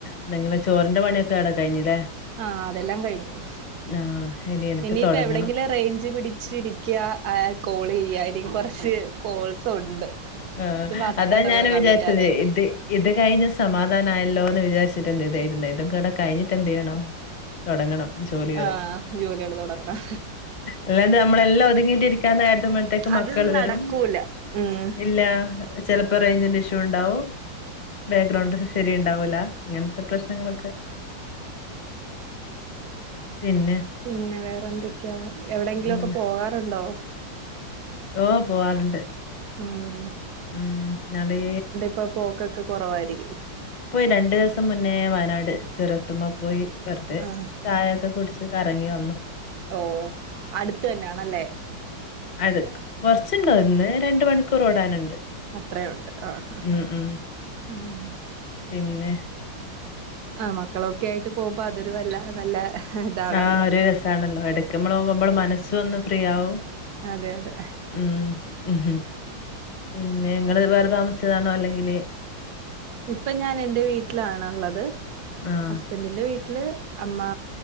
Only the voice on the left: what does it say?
എന്നങ്ങനെ ചോറിന്റെ പണിയൊക്കെ അടെ കഴിഞ്ഞില്ലേ
ആഹ് ഇനി എനിക്ക്
തൊടങ്ങണം.
ആഹ്
അതാ ഞാനും
വിചാരിച്ചത്
ഇത് ഇത് കഴിഞ്ഞ് സമാധാനമായല്ലോ എന്ന് വിചാരിച്ചിട്ട് എന്ത് ചെയ ഇതായിരുന്ന ഇതും കൂടെ കഴിഞ്ഞിട്ട എന്ത് ചെയ്യണം തൊടങ്ങണം ജോലികള്
അല്ലാണ്ട് നമ്മളെല്ലാം ഒത്ങ്ങിട്ടിരി ക്കാൻനേരത്താമ്പഴത്തേക്ക്
മക്കള്
വരും
ഇല്ല ചെലപ്പ റേഞ്ചിന്റെ ഇഷ്യൂണ്ടാവും ബാക്ക്ഗ്രൗണ്ട് ശെരിയുണ്ടാവൂല ഇങ്ങനത്തെ പ്രശ്നങ്ങളൊക്കെ പിന്നെ
ഉം,
ഓഹ് പോവാറുണ്ട്
ഉം അടേ
പോയി രണ്ട് ദിവസം മുന്നേ വയനാട് ചുരത്തുമ്മേപോയി വെറുതെ
ചയയൊക്കെ കുടിച്ച് കറങ്ങി വന്നു
അത് കൊറച്ച്ണ്ട് ഒന്ന് രണ്ട്മണിക്കൂറ് ഓടാനൊണ്ട്
ഉം ഉം
പിന്നെ
ആഹ് ഒര് രസാണല്ലോ എടക്ക്‌മ്മള് പോമ്പള് മനസ്സ് ഒന്നും ഫ്രീ ആവും
ഉം ഉം പിന്നെ ഇങ്ങള് വേറെ താമസിച്ചതാണോ അല്ലെങ്കില്
ആഹ്.